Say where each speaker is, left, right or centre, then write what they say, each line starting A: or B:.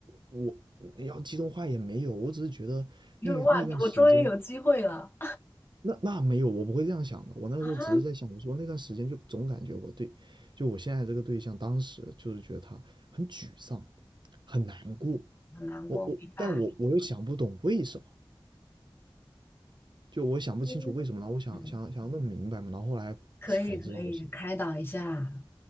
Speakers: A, on the right; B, on the left.
A: 我我要激动话也没有，我只是觉得那那段时间
B: 你说哇，我终于有机会了。
A: 那那没有，我不会这样想的。我那时候只是在想，
B: 啊？
A: 我说那段时间就总感觉我对，就我现在这个对象，当时就是觉得他很沮丧，很难过。
B: 很难过，
A: 我我，
B: 明白。
A: 但我我又想不懂为什么，就我想不清楚为什么。
B: 嗯
A: 然后我想想想要弄明白嘛，
B: 嗯
A: 然后后来才知道是
B: 可以可以，开导一下，